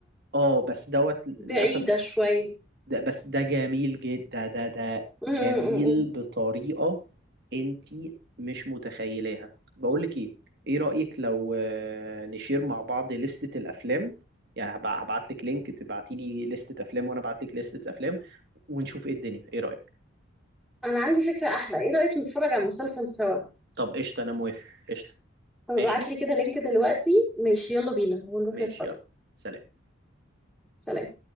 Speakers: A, on the right (about 50°); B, in the centre.
A: آه، بس دوت للأسف
B: بعيده شويه
A: ده بس ده جميل جدا ده ده ده
B: م- م-
A: جميل
B: م- م.
A: بطريقة انتي مش متخيلاها بقولك ايه ايه رأيك لو آه، نشير مع بعض لستة الافلام يعني هبع- هبعتلك لينك تبعتيلي لستة افلام وانا ابعتلك لستة افلام ونشوف ايه الدنيا ايه رأيك
B: انا عندي فكره احلى ايه رايك نتفرج على المسلسل سوا
A: طب قشطة أنا موافق قشطة
B: فبعت
A: ماشي
B: لي كده لينك دلوقتي ماشي يلا بينا ونروح
A: ماشي
B: نتفرج
A: يلا سلام
B: سلام